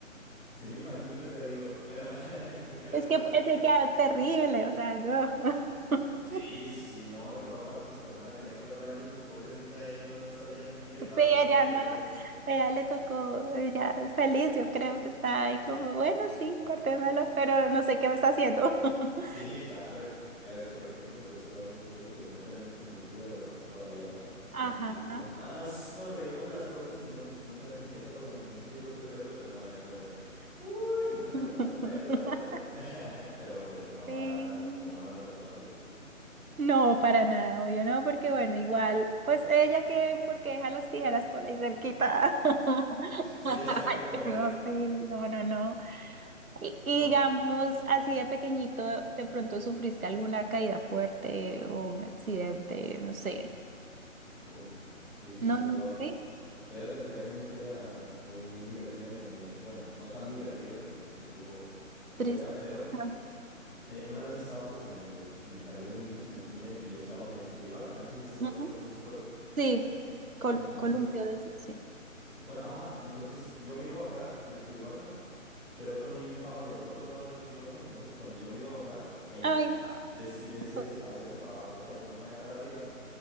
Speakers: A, in the centre; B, on the right.
A: sí me imagino, o sea, digo, bueno, <laughs> en tu caso
B: es
A: está
B: que
A: un poquito.
B: es que quedaron terrible, o sea, no. <laughs>
A: Sí, sí, sí, no, y luego aparte si tu hermana tenía cuatro años, pues pobrecita, ella no sabía ni qué estaba
B: Sí, ella
A: pasando,
B: no,
A: yo creo.
B: ella le tocó, ella feliz, yo creo que está ahí como, bueno, sí, córtemelo pero no sé qué me está haciendo. <laughs>
A: Sí, claro. eh. Ya ves que, por ejemplo, pues a esa edad nosotros pues no tenemos como uso de razón todavía tan, tan
B: Ajá.
A: explícito. Nada más nos reímos de las cosas y no, nos, no sabemos ni qué está pasando. Entonces yo creo que fue el caso de tu hermana, de como de, uy, me están cortando
B: <laughs>
A: el pelo. bebé". <laughs> Pero pues tu mamá,
B: Sí.
A: tu mamá no lo tomó así.
B: No, para nada, obvio no, porque bueno, igual, pues ella que, porque deja las tijeras por ahí cerquita. <laughs>
A: Sí, ya sabe
B: Ay,
A: cómo eres.
B: No, sí, no, no, no. Y, y
A: No,
B: digamos, así de pequeñito, ¿de pronto sufriste alguna caída fuerte o un accidente? No sé.
A: uy, sí, sí,
B: No,
A: sí,
B: no,
A: te voy a,
B: sí,
A: te voy a platicar. Hay una historia muy divertida en donde, bueno, no tan divertida porque pues sí estuvo, estuvo
B: triste.
A: fea, pero...
B: Ah,
A: Eh, una vez estaba pues en el, en el jardín de niños, en el kinder, y yo estaba en el sube y baja, no sé si sepas
B: ujú.
A: cuál es ese juego.
B: Sí, col
A: Entonces,
B: columpio de sí. sí.
A: bueno, ajá, entonces yo me iba a bajar del sube y baja, pero otro niño estaba del otro lado del sube y baja, entonces cuando yo me iba a bajar, él
B: Ay, no.
A: decide hacer-
B: pues,
A: hacerse para abajo para que yo me vaya para arriba,